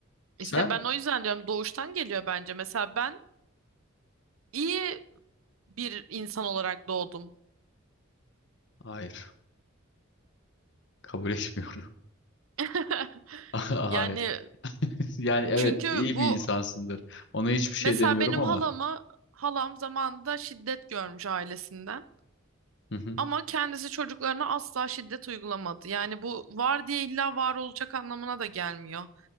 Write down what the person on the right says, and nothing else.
İşte
ben o yüzden diyorum doğuştan geliyor bence. Mesela ben iyi bir insan olarak doğdum.
<laughs>
Yani
çünkü
bu
mesela
benim
halamı halam zamanında şiddet görmüş ailesinden.
Ama kendisi çocuklarına asla şiddet uygulamadı. Yani bu var diye illa var olacak anlamına da gelmiyor.